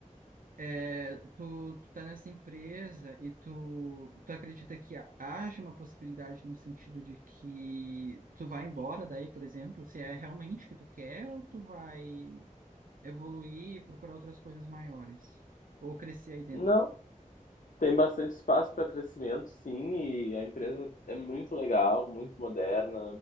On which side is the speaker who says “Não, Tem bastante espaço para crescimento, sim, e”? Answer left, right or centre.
Left